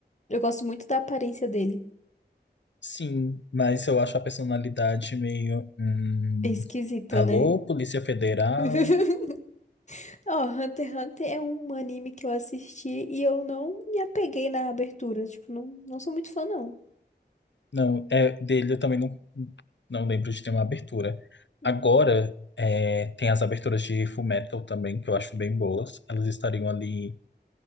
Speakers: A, on the left; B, on the left.
A: eu gosto muito da aparência dele.
B: Sim, mas eu acho a personalidade meio. hum,
A: É esquisita,
B: alô,
A: né?
B: Polícia Federal?
A: <laughs> Ó, Hunter x Hunter é um anime que eu assisti e eu não me apeguei na abertura. Tipo, não, não sou muito fã, não.
B: Não, é dele eu também não, não lembro de ter uma abertura.
A: Uhum.
B: Agora, é, tem as aberturas de Fullmetal também, que eu acho bem boas. Elas estariam ali